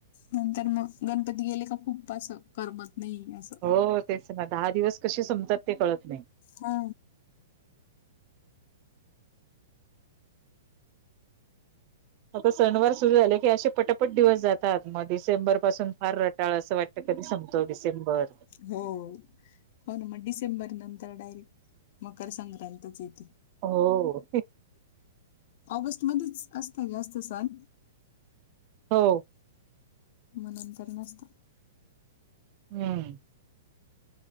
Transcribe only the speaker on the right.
हो तेच ना, दहा दिवस कशे संपतात ते कळत नाही.
आता सणवार सुरू झाले की असे पटापट दिवस जातात, मग डिसेंबर पासून फार रटाळ असं वाट त कधी संपतो डिसेंबर.
हो,
हो
हम्म,